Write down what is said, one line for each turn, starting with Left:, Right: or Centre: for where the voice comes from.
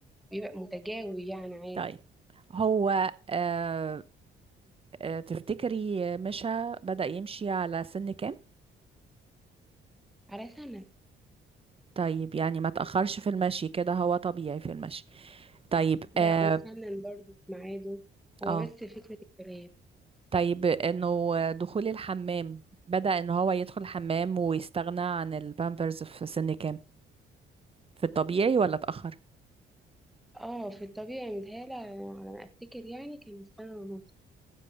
Centre: بيبقى متجاوب يعني عادي
Right: طيب هو آه آه تفتكري مشى بدأ يمشي على سن كام؟
Centre: على سنه
Right: طيب يعني ما تأخرش في المشي كده هو طبيعي في المشي طيب
Centre: لا
Right: اه,
Centre: وسنن برضه في ميعاده هو
Right: آه.
Centre: بس فكره الكلام
Right: طيب انه دخول الحمام بدأ ان هو يدخل الحمام ويستغنى عن البامبرز في سن كام في الطبيعي ولا اتأخر
Centre: اه في الطبيعي متهيألي على ما افتكر يعني كان سنه ونص